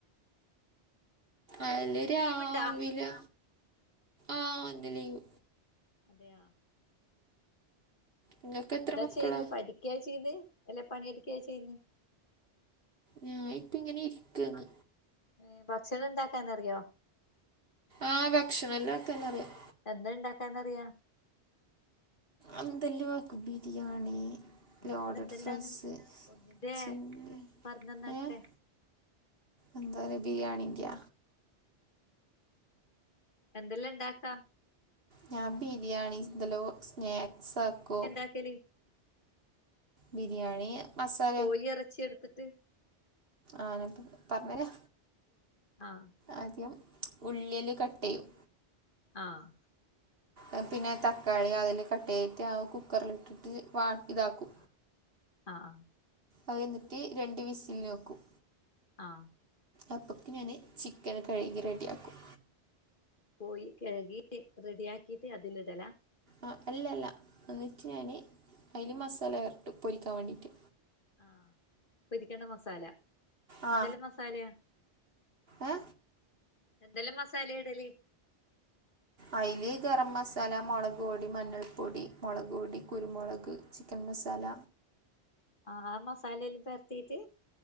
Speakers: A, on the right; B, on the left.
A: അല്
B: ഇന്ന്
A: രാവിലെ
B: ലീവ് ഇണ്ടാ
A: ആഹ് ഇന്ന് ലീവ്
B: അതെയാ
A: നിങ്ങൾക്ക് എത്ര
B: എന്താ
A: മക്കളാ
B: ചെയ്യന്ന് പഠിക്ക ചെയ്യുന്ന് അല്ല പണിയെടുക്കയാ ചെയ്യന്ന്
A: ഞാൻ ഇപ്പം ഇങ്ങനെ ഇരിക്കന്ന്
B: ഏഹ് ഭക്ഷണം ഉണ്ടാക്കാൻ അറിയോ
A: ആഹ് ഭക്ഷണം എല്ലാം ആക്കാൻ അറിയാം
B: എന്താ ഇണ്ടാക്കാനറിയാം
A: എന്തെല്ലും ആക്കും ബിരിയാണി
B: എന്നാലും
A: ലോഡഡ്
B: എന്തെല്ലാന്ന്
A: ഫ്രൈസ്
B: ഒന്നിന്റെ
A: ചില്ലി
B: പറഞ്ഞന്നാട്ടെ
A: ഏഹ് എന്താല്ലേ ബിരിയാണി <unintelligible>
B: എന്തെല്ലാം ഇണ്ടാക്കാ
A: ഞാൻ ബിരിയാണി ഇന്തലോ സ്നാക്സ് ആക്കും
B: ചക്കേല്
A: ബിരിയാണി മസാല
B: കോയി എറച്ചി എട്ത്തിട്ട്
A: ആഹ് ഞാൻ പർഞ്ഞെരാ
B: ആഹ്
A: ആദ്യം ഉള്ളിയെല്ല് കട്ടയ്യും
B: ആഹ്
A: എഹ് പിന്നെ തക്കാളി അതില് കട്ട് ചെയ്തിട്ട് ആഹ് കുക്കറിലിട്ടിട്ട് വാട്ട് ഇതാക്കും
B: ആഹ് ആഹ്
A: ആഹ് എന്നിട്ട് രണ്ട് വിസില് വക്കും
B: ആഹ്
A: അപ്പൊക്ക് ഞാന് ചിക്കന് കഴുകി റെഡിയാക്കും
B: കോയി കഴുകീറ്റ് റെഡിയാക്കിറ്റ് അതില് ഇടലാ
A: ആഹ് അല്ലല്ല എന്നിട്ട് ഞാന് അതില് മസാല പെരട്ടും പൊരിക്കാൻ വേണ്ടിയിട്ട്.
B: ആഹ് പൊരിക്കണ്ട മസാല.
A: ആ
B: എന്തെല്ലാ മസ സാലയാ?
A: ഏ
B: എന്തെല്ലാം മസാലയാ ഇടല്?
A: അയില് ഗരം മസാല, മുളക് പൊടി, മഞ്ഞൾപ്പൊടി, മുളക് പൊടി, കുരുമുളക്
B: ആഹ്
A: ചിക്കൻ മസാല
B: ആഹ് ആ മസാലയില് പരത്തിട്ട്